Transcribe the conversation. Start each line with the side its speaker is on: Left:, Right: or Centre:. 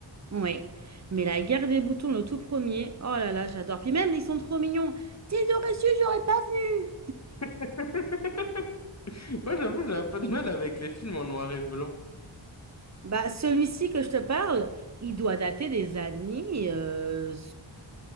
Right: Oui, mais la guerre des boutons, le tout premier, oh là là, j'adore. Puis même, ils sont trop mignons. Si j'aurais su, j'aurais pas venu.
Left: <laughs> Moi, j'avoue, j'ai un peu de mal avec les films en noir et blanc.
Right: Bah, celui-ci que je te parle, il doit dater des années euh,